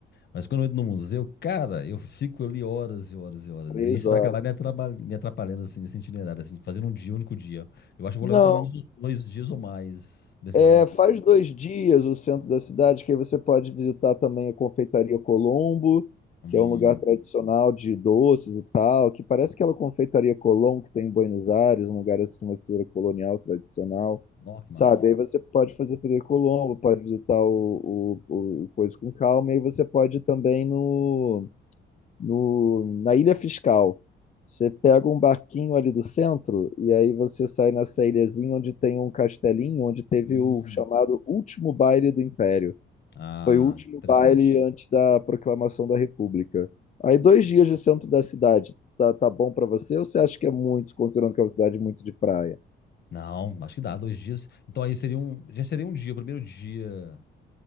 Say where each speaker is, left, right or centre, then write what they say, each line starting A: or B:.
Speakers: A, on the left; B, on the left.
A: Mas quando eu entro no museu, cara, eu fico ali horas e horas e horas.
B: três
A: E isso
B: horas.
A: vai acabar me atraba- me atrapalhando, assim, nesse itinerário, assim, fazendo um dia, um único dia. Eu acho que eu vou
B: Não,
A: levar pelo menos uns dois dias ou mais desses
B: É,
A: visitas.
B: faz dois dias o centro da cidade, que aí você pode visitar também a Confeitaria Colombo,
A: Hum.
B: que é um lugar tradicional de doces e tal, que parece aquela Confeitaria Colombo que tem em Buenos Aires, um lugar assim, uma estrutura colonial tradicional,
A: Nossa, que
B: sabe?
A: massa.
B: Aí você pode fazer Frederico Colombo, pode visitar o, o, o Coisa com Calma, e aí você pode ir também no no, na Ilha Fiscal. Você pega um barquinho ali do centro e aí você sai nessa ilhazinha onde tem um castelinho, onde teve
A: Hum.
B: o chamado último baile do Império.
A: Ah,
B: Foi o último
A: interessante.
B: baile antes da proclamação da República. Aí dois dias de centro da cidade, tá, tá bom pra você? Ou você acha que é muito, considerando que é uma cidade muito de praia?
A: Não, acho que dá, dois dias. Então aí seria um, já seria um dia, o primeiro dia